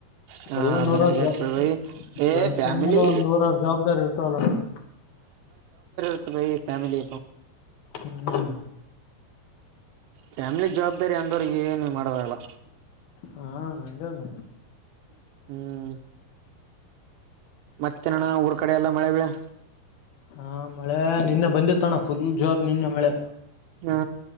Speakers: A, on the right; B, on the left.
A: ಹಾ
B: ಎಲ್ಲಾ
A: ಅದು
B: ನೂರಾರ
A: ನಂಗೆ
B: ಜ
A: ಬೈ ಏ
B: ಗಂಡಸ
A: ಫ್ಯಾಮಿಲಿ
B: ಅಂದ್ಮ್ಯಾಲ್ ಒಂದ್ ನೂರಾರ ಜವಾಬ್ದಾರಿ ಇರ್ತವಲ್ಲ ಅಣ್ಣಾ.
A: ಇರತದ ಬೈ ಫ್ಯಾಮಿಲಿ
B: ಹ್ಮ್ಮ
A: ಫ್ಯಾಮಿಲಿ ಜವಾಬ್ದಾರಿ ಅಂದೋರಿಗ ಏನ ಮಾಡದಾಗಲ್ಲ
B: ಹಾ ಹಂಗೆ ಅದ
A: ಹ್ಮ್ ಮತ್ತೆನಣ್ಣ ಊರ್ ಕಡೆ ಎಲ್ಲ ಮಳೆ ಬಳೆ.
B: ಹಾ ಮಳೆ ನಿನ್ನೆ ಬಂದಿತ್ತಣ ಫುಲ್ ಜೋರ್ ನಿನ್ನೆ ಮಳೆ.
A: ಹಾ